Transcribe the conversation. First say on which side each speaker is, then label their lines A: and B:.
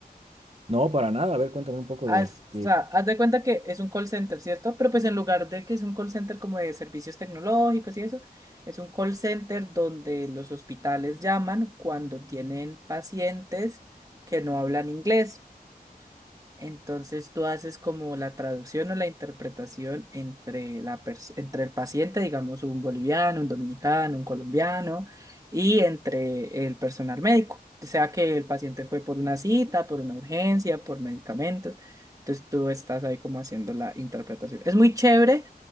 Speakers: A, on the right; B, on the right.
A: No, para nada. A ver, cuéntame un poco
B: Haz,
A: de, de...
B: o sea, haz de cuenta que es un call center, ¿cierto? Pero pues en lugar de que es un call center como de servicios tecnológicos y eso, es un call center donde los hospitales llaman cuando tienen pacientes que no hablan inglés. Entonces tú haces como la traducción o la interpretación entre la pers- entre el paciente, digamos un boliviano, un dominicano, un colombiano, y entre el personal médico. O sea que el paciente fue por una cita, por una urgencia, por medicamentos. Entonces tú estás ahí como haciendo la interpretación. Es muy chévere,